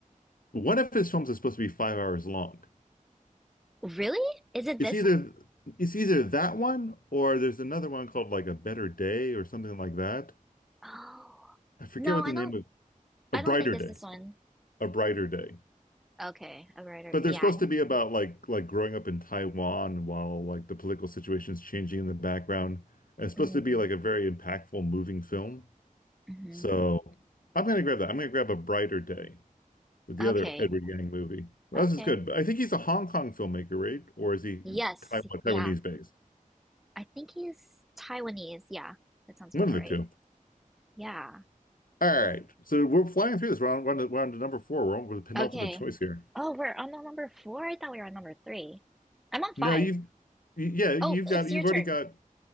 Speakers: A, on the left; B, in the centre.
A: one of his films is supposed to be five hours long.
B: Really? Is it this
A: It's either
B: one?
A: it's either that one or there's another one called like A Better Day or something like that.
B: Oh.
A: I forget
B: No,
A: what
B: I
A: the
B: don't
A: name of A
B: I
A: Brighter
B: don't think it's
A: Day.
B: this one.
A: A Brighter Day.
B: Okay. A writer.
A: But
B: Yeah,
A: they're supposed
B: I haven't.
A: to be about like like growing up in Taiwan while like the political situation's changing in the background. And it's supposed
B: Mm,
A: to be like a very impactful, moving film.
B: hmm
A: So I'm gonna grab that. I'm gonna grab A Brighter Day with the
B: Okay.
A: other Edward Yang movie. Well,
B: Okay.
A: this is good. But I think he's a Hong Kong filmmaker, right? Or is he
B: Yes.
A: Taiwan,
B: Yeah.
A: Taiwanese based?
B: I think he's Taiwanese. Yeah. That sounds
A: One
B: about
A: of the
B: right.
A: two.
B: Yeah.
A: All right, so we're flying through this. We're on, we're on to, we're on to number four. We're on with the penultimate
B: Okay.
A: choice here.
B: Oh, we're on the number four? I thought we were on number three. I'm on five.
A: No, you've, y- yeah, you've
B: Oh, it's
A: got, you've
B: your turn.
A: already got,